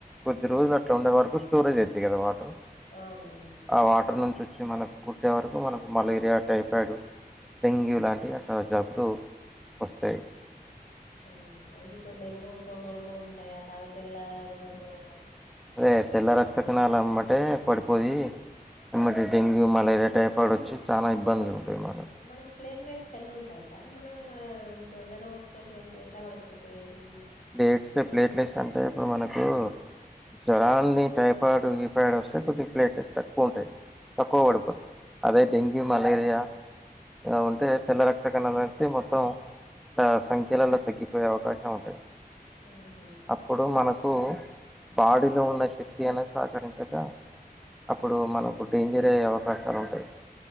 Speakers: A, in the centre; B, on the left (about 55°).
A: కొద్ది రోజులు అట్లా ఉండే వరకు స్టోరేజ్ అవుతాయి కదా వాటర్
B: అవునవును
A: ఆ వాటర్ నుంచి వచ్చి మనకు కుట్టే వరకు మనకు మలేరియా టైపాయిడు డెంగ్యూ లాంటివి అలా జబ్బులు వస్తాయి
B: ఆ అది ఇప్పుడు డెంగ్యూ దోమాలు కూడా ఉంటాయి అట అవి తెల్ల దోమాలు
A: అదే తెల్ల రక్త కణాల ఎమ్మటే పడిపోయి ఎమ్మటే డెంగ్యూ మలేరియా టైప్ అప్పుడు వచ్చి చాలా ఇబ్బందులు ఉంటాయి మనకు
B: మనకి ప్లేట్లెట్స్ ఎన్ని ఉంటాయి సార్ మనకు జ్వరం వచ్చినప్పుడు ఎ ఎట్లా పడిపోతాయి అని
A: ప్లేట్లెట్స్ ప్లేట్లెట్స్ అంటే ఇప్పుడు మనకు జ్వరాన్ని టైఫాయిడ్ గిఫాయిడ్ వస్తే కొద్దిగా ప్లేట్లెట్స్ తక్కువ ఉంటాయి తక్కువ పడితే అదే డెంగ్యూ మలేరియా ఆ ఉంటే తెల్ల రక్త కణాలు అనేతే మొత్తం సంఖ్యలలో తగ్గిపోయే అవకాశం ఉంటాయి
B: ఆహ
A: అప్పుడు మనకు బాడీలో ఉన్న శక్తి అనేది సహకరించక అప్పుడు మనకు డేంజర్ అయ్యే అవకాశాలు ఉంటాయి